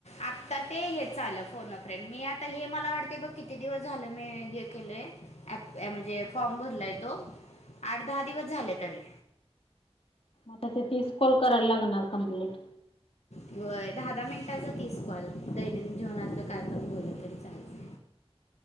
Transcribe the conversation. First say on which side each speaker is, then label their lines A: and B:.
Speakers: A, on the left; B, on the left.
A: आता ते हेच आलं. फोन व फ्रेंड मी आता हे मला वाटतय बघ किती दिवस मी हे केलंय म्हणजे फॉर्म भरलाय तो. आठ-दहा दिवस झाले तरी.
B: आता ते तीस कॉल करायला लागणार कम्प्लीट.
A: व्हय, दहा-दहा मिनिटाच तीस कॉल. दैनंदिन जीवनातलं
B: हा.
A: काय पण बोलायचं. जायचय.